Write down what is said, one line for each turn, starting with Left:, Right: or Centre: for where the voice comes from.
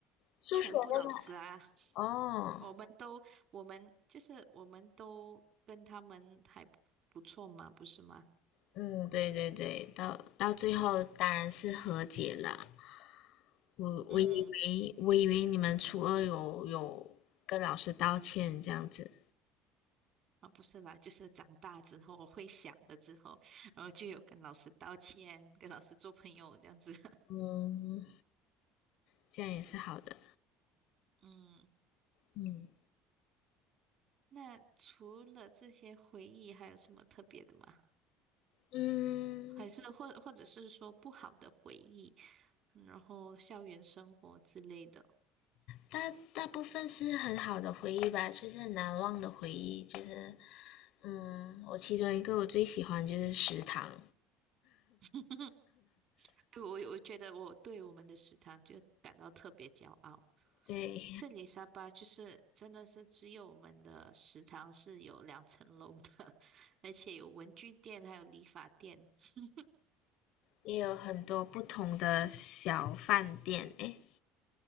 Left: 数学那个？
Right: 全部老师啊，
Left: 哦，
Right: 我们都，我们就是我们都跟他们还不错嘛，不是吗？
Left: 嗯，对对对，到到最后当然是和解了。我我以为我以为你们初二有有跟老师道歉这样子。
Right: 嗯，啊，不是啦，就是长大之后，我会想了之后，然后就有跟老师道歉，跟老师做朋友这样子。<laughs>
Left: 嗯，这样也是好的。
Right: 嗯，
Left: 嗯
Right: 那除了这些回忆，还有什么特别的吗？
Left: 嗯，
Right: 还是或或者是说不好的回忆，嗯然后校园生活之类的？
Left: 大大部分是很好的回忆吧，就是很难忘的回忆。就是，嗯，我其中一个我最喜欢就是食堂，
Right: <laughs> 我我觉得我对我们的食堂就感到特别骄傲。
Left: 对，
Right: 这里沙巴就是真的是只有我们的食堂是有两层楼的，<laughs> 而且有文具店，还有理发店，<laughs>
Left: 也有很多不同的小饭店，诶，